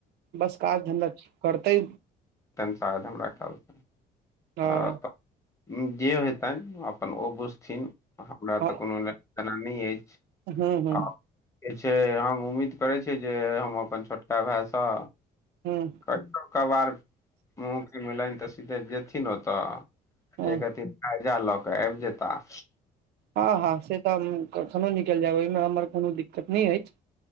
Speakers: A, on the right; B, on the left.
A: बस काज धन्धा करतै
B: तन शायद हमरा कलसँ
A: हँ
B: ह तऽ जे हेतनि अपन ओ बुझथिन हमरा
A: हँ
B: तऽ कोनो लेना देना नहि अछि
A: हूँ हूँ
B: आ जे छै हम उम्मीद करै छिय जे हम अपन छोटका भाइसँ
A: हुँ
B: कहियो कभार मुमकिन भेलेन्ह तऽ सीधे जेथिन ओतऽ
A: हूँ
B: एक अथी कर्जा लऽ कऽ आबि जेताह
A: हँ हँ से तऽ हम कखनो निकलि जायब ओहिमे हमर कोनो दिक्कत नहि अछि